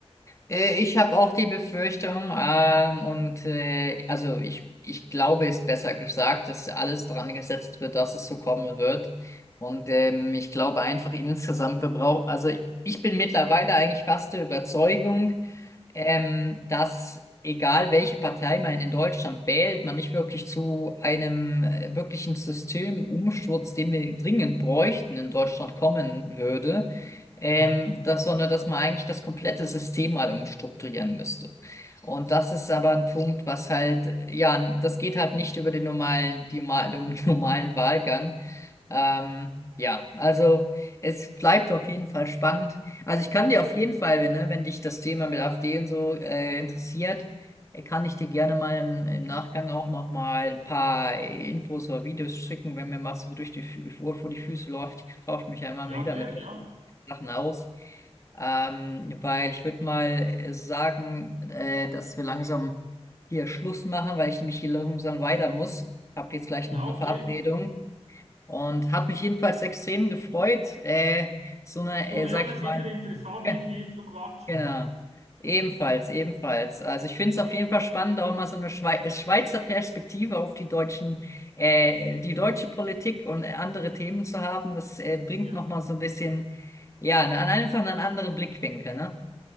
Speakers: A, on the left; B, on the right.
A: Äh, Ich habe auch die Befürchtung, ähm, und äh, also ich, ich glaube, ist besser gesagt, dass alles dran gesetzt wird, dass es so kommen wird. Und ähm, ich glaube einfach insgesamt, wir brauchen, also ich bin mittlerweile eigentlich fast der Überzeugung, ähm, dass egal welche Partei man in Deutschland wählt, man nicht wirklich zu einem äh, wirklichen Systemumsturz, den wir dringend bräuchten, in Deutschland kommen würde, ähm,
B: Ja,
A: das, sondern dass man eigentlich das komplette System mal umstrukturieren müsste. Und das ist aber ein Punkt, was halt, ja, das geht halt nicht über den normalen, die, Ma- <laughs> den normalen Wahlgang. Ähm, ja, also es bleibt auf jeden Fall spannend. Also ich kann dir auf jeden Fall, wenn, ne, wenn dich das Thema mit AfD und so äh, interessiert, äh, kann ich dir gerne mal im, im Nachgang auch noch mal ein paar äh, Infos oder Videos schicken, wenn mir mal so durch die Fü- Ohr vor die Füße läuft. Ich tausche mich ja immer
B: ja,
A: wieder
B: gern,
A: mit Leuten,
B: ja.
A: Sachen aus. Ähm, weil ich würde mal äh, sagen, äh, dass wir langsam hier Schluss machen, weil ich nämlich hier langsam weiter muss. Hab jetzt gleich
B: Ja,
A: noch eine
B: okay.
A: Verabredung. Und hat mich jedenfalls extrem gefreut. Äh, so eine,
B: Du,
A: äh,
B: Leon,
A: sag
B: es
A: ich mal,
B: ist immer interessant,
A: ge-
B: mit dir zu quatschen.
A: genau. Ebenfalls, ebenfalls. Also ich finde es auf jeden Fall spannend, auch mal so eine Schwei Schweizer Perspektive auf die deutschen, äh, die deutsche Politik und andere Themen zu haben. Das äh, bringt
B: Ja.
A: nochmal so ein bisschen, ja, ne- einfach einen anderen Blickwinkel, ne?